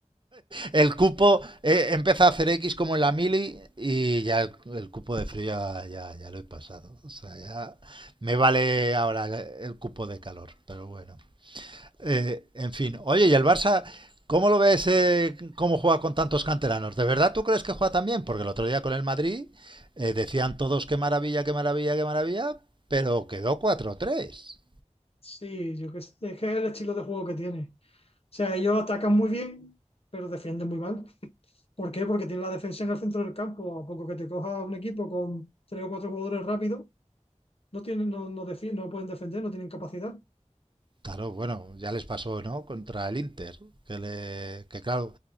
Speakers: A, on the right; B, on the left.
A: El cupo eh, empieza a hacer X como en la mili y ya el, el cupo de frío ya, ya, ya lo he pasado. O sea, ya me vale ahora el, el cupo de calor, pero bueno. Eh, en fin, oye, ¿y el Barça cómo lo ves, eh, cómo juega con tantos canteranos? ¿De verdad tú crees que juega tan bien? Porque el otro día con el Madrid eh, decían todos qué maravilla, qué maravilla, qué maravilla, pero quedó cuatro tres.
B: Sí, yo que sé, es que es el estilo de juego que tiene. O sea, ellos atacan muy bien, pero defienden muy mal. ¿Por qué? Porque tiene la defensa en el centro del campo. A poco que te coja un equipo con tres o cuatro jugadores rápidos, no tienen, no, no, defi- no pueden defender, no tienen capacidad.
A: Claro, bueno, ya les pasó, ¿no? Contra el Inter, que le, que claro,